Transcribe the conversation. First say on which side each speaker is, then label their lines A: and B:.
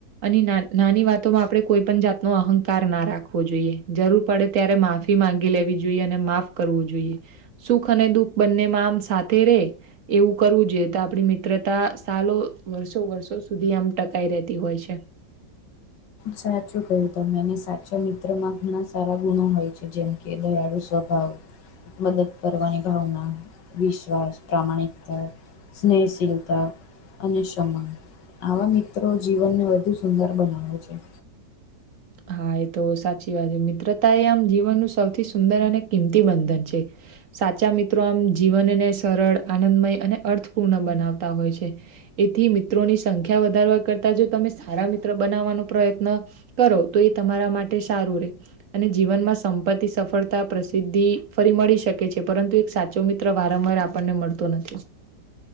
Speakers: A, on the right (about 50°); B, on the left (about 75°).
A: અને નાન નાની વાતોમાં આપણે કોઈ પન જાત નો અહંકાર ના રાખવો જોઈએ, જરૂર પડે ત્યારે માફી માંગી લેવી જોઈએ, અને માફ કરવું જોઈએ. સુખ અને દુઃખ બંને માં આમ સાથે રે એવું કરવું જોઈએ, તો આપણી મિત્રતા સાલો વર્ષો-વર્ષો સુધી આમ ટકાઈ રહેતી હોય છે.
B: સાચું કહ્યું તમે, ને સાચા મિત્રમાં ઘણા સારા ગુણો હોય છે જેમ કે દયાળું સ્વભાવ મદદ કરવાની ભાવના, વિશ્વાસ, પ્રમાણિકતા સ્નેહશીલતા અને સમાન, આવા મિત્રો જીવનને વધુ સુંદર બનાવે છે.
A: હા એ તો સાચી વાત છે. મિત્રતા એ આમ જીવનનું સૌથી સુંદર અને કિંમતી બંધન છે. સાચા મિત્રો આમ જીવનને સરળ, આનંદમય અને અર્થપૂર્ણ બનાવતા હોય છે. એથી મિત્રોની સંખ્યા વધારવા કરતા જો તમે સારા મિત્ર બનાવવાનો પ્રયત્ન કરો તો એ તમારા માટે સારું રહેે. અને જીવનમાં સંપત્તિ, સફળતા, પ્રસિદ્ધિ ફરી મળી શકે છે, પરંતુ સાચો મિત્ર વારંવાર આપણને મળતો નથી.